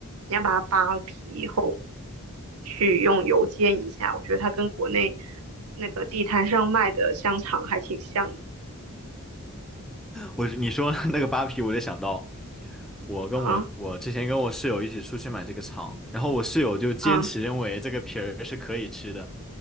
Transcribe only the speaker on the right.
你要把它扒皮后去用油煎一下。我觉得它跟国内那个地摊上卖的香肠还挺像的。
啊
啊